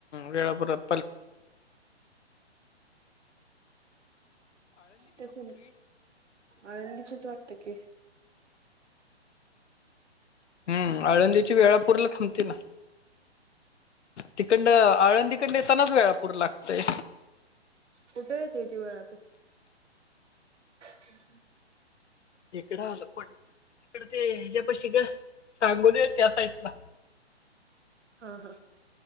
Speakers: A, on the left; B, on the right.
A: वेळापदात
B: ते खण आनंदीचेच वाटत की
A: हम्म आळंदीची वेळापूर्ला थांबतील ना तिकंड आळंदीकंड येतानाच वेळापूर लागतय
B: कुठे यतीतीवाळपू हम्
A: इकडं आलं पण तिकड ते ह्याच्या पशी ग सांगून त्या साईडला
B: हा हा